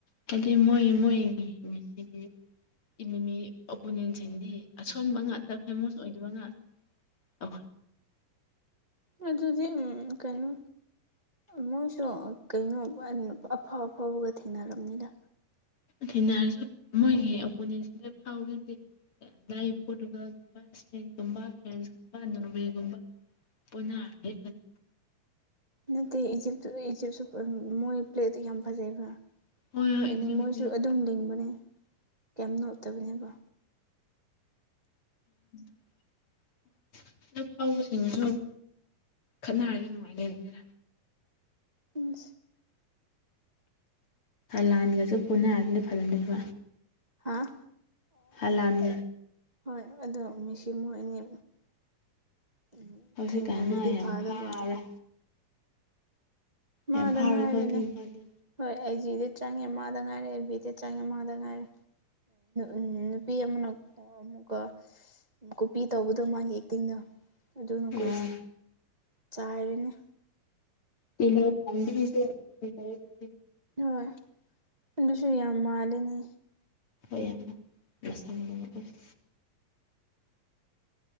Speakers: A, on the left; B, on the right.
A: ꯀꯗꯤ ꯃꯣꯏ ꯃꯣꯏ ꯃꯁꯤ ꯏꯅꯦꯃꯤ ꯑꯣꯄꯣꯅꯦꯟꯁꯤꯡꯗꯤ ꯑꯁꯣꯟꯕ ꯉꯥꯛꯇ ꯐꯦꯃꯁ ꯑꯣꯏꯗꯕ ꯉꯇ ꯑ
B: ꯑꯗꯨ ꯑꯗꯨꯗꯤ ꯎꯝ ꯀꯩꯅꯣ ꯃꯣꯏꯁꯨ ꯀꯩꯅꯣ ꯑꯐꯥꯎ ꯑꯐꯥꯎꯕꯒ ꯊꯦꯡꯅꯔꯕꯅꯤꯗ
A: ꯊꯦꯡꯅꯔꯁꯨ ꯃꯣꯏꯒꯤ ꯑꯣꯄꯣꯅꯦꯟꯁꯤꯡꯗ ꯐꯥꯎ ꯅꯗꯦ ꯏ ꯄꯣꯔꯇꯨꯒꯜꯒꯨꯝꯕ ꯁꯄꯦꯟꯒꯨꯝꯕ ꯐ꯭ꯔꯥꯟꯁꯀꯨꯝꯕ ꯅꯣꯔꯃꯦꯌꯥꯒꯨꯝꯕ ꯄꯨꯟꯅ ꯍꯥꯏ
B: ꯅꯠꯇꯦ ꯏꯖꯤꯞꯇꯨꯗ ꯏꯖꯤꯞꯁꯨ ꯃꯣꯏ ꯄ꯭ꯂꯦꯠꯇꯣ ꯌꯥꯝ ꯐꯖꯩꯕ
A: ꯍꯣꯏ ꯍꯣꯏ
B: ꯑꯗꯨ
A: ꯑꯗꯨꯕꯨꯗꯤ
B: ꯃꯣꯏꯁꯨ
A: ꯍꯣꯏ
B: ꯑꯗꯨꯝ ꯂꯤꯡꯕꯅꯦ ꯀ ꯅꯣꯇꯕꯅꯦꯕ
A: ꯎ ꯍꯗꯛ ꯐꯥꯎꯕꯁꯤꯡꯗꯨꯁꯨ ꯈꯠꯅꯔꯗꯤ ꯅꯨꯡꯉꯥꯏꯅꯩ ꯑꯗꯨꯅ
B: ꯎꯝ
A: ꯂꯥꯟꯒꯁꯨ ꯄꯨꯅꯔꯒꯗꯤ ꯐꯅ ꯂꯩꯣꯏꯕ
B: ꯍꯥꯥ
A: ꯍꯂꯗ
B: ꯍꯣꯏ ꯑꯗꯣ ꯃꯤꯁꯤ ꯃꯣꯏ ꯑꯅꯤ ꯎꯝ
A: ꯍꯧꯖꯤꯛꯀꯥꯟ
B: ꯊꯦꯡꯅꯔꯗꯤ
A: ꯃꯥ ꯌꯥꯝ
B: ꯐ ꯑꯗꯨꯕ
A: ꯐꯥꯎꯔꯦ
B: ꯃꯥꯗ
A: ꯌꯥꯝ ꯐꯥꯎꯔꯦꯀꯣ
B: ꯉꯥꯏꯔꯦꯅꯦ
A: ꯑꯗꯨ ꯅꯨꯄꯥꯗꯣ
B: ꯍꯣꯏ ꯑꯩ ꯖꯤꯗ ꯆꯪꯉꯦ ꯑꯃꯗ ꯉꯥꯏꯔꯦ ꯑꯦ ꯕꯤꯗ ꯆꯪꯉꯦ ꯑꯃꯗ ꯉꯥꯏꯔꯦ ꯎ ꯅꯨꯄꯤ ꯑꯃꯅ ꯑꯃꯨꯛꯀ ꯀꯄꯤ ꯇꯧꯕꯗꯣ ꯃꯥꯒꯤ ꯑꯦꯛꯇꯤꯡꯗꯣ ꯑꯗꯨꯅꯈꯣꯏ
A: ꯑꯥ
B: ꯆꯥꯏꯔꯦꯅꯦ
A: ꯄꯁ
B: ꯍꯣꯏ ꯑꯗꯨꯁꯨ ꯌꯥꯝ ꯃꯥꯜꯂꯤꯅꯤ
A: ꯍ ꯌꯥꯝꯅ ꯃꯁꯥ ꯃꯛ ꯑꯣꯏ